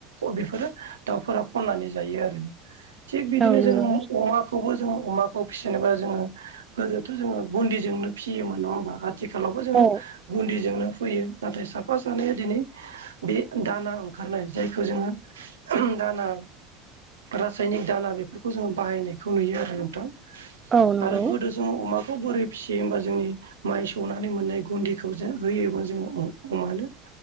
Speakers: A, on the right (about 85°); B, on the right (about 25°).
A: बेफोरो दाउफोरा खननानै जायो आरो। थिग बिदिनो
B: औ
A: जोङो
B: नंगौ
A: अमा हाखौबो जोङो अमाखौ फिसिनोबा जोङो गोदोथ' जोङो गुन्दिजोंनो फिसियोमोन नङा होनबा। आथिखालावबो जोङो
B: औ
A: गुनदिजोंनो फैयो। नाथाय साफा सानैया दिनै बे दाना ओंखारनाय जायखौ जोङो दाना रासायनिक दाना बेफोरखौ जोङो बाहायनायखौ नुयो आरो नोंथां।
B: औ नंगौ
A: आरो गोदो जोङो अमाखौ बोरै फिसियो होमबा जोंनि माइ सौनानै मोननाय गुन्दिखौ जों होयोमोन जोङो अमानो।